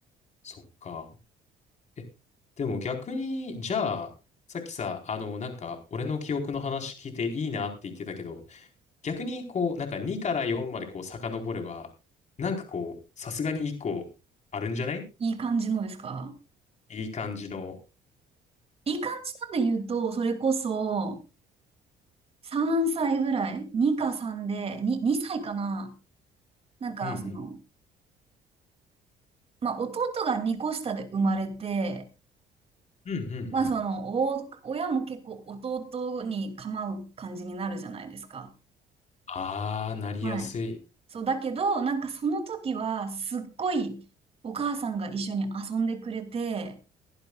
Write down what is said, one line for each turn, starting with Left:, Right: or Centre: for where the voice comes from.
Left: そっか。え、でも逆に、じゃあ、さっきさ、あの、なんか、俺の記憶の話聞いていいなって言ってたけど、逆にこう、なんか2から4までこう遡れば、なんかこう、さすがにいい子あるんじゃない
Right: いい感じのですか
Left: いい感じの。
Right: いい感じなんで言うと、それこそ、3歳ぐらい ?2 か3で、2、2歳かななんか、
Left: うんうん。
Right: その、まあ、弟が2個下で生まれて、
Left: うんうんうん。
Right: まあ、その、お、親も結構弟に構う感じになるじゃないですか。
Left: あー、なりやすい。
Right: はい。そう、だけど、なんかその時は、すっごいお母さんが一緒に遊んでくれて、